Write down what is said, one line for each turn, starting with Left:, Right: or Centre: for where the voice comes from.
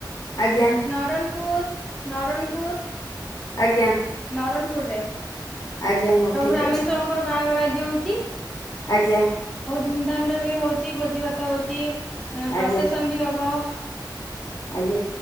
Left: ଆଜ୍ଞା
Centre: ନରଣପୁର, ନରଣପୁର।
Left: ଆଜ୍ଞା।
Centre: ନରଣପୁରରେ
Left: ଆଜ୍ଞା ହଉ
Centre: ପ୍ରଭୁ
Left: ଠିକ୍
Centre: ରାମେଶ୍ଵରଙ୍କର
Left: ଅଛି
Centre: ବାହାଘର ଆଜି ହଉଛି।
Left: ଆଜ୍ଞା।
Centre: ବହୁତ ଧୁମଧାମ ର ବି ହଉଛି ଭୋଜି ଭାତ ହଉଛି
Left: ଆଜ୍ଞା
Centre: ପ୍ରସେସନ ବି ହବ।
Left: ଆଜ୍ଞା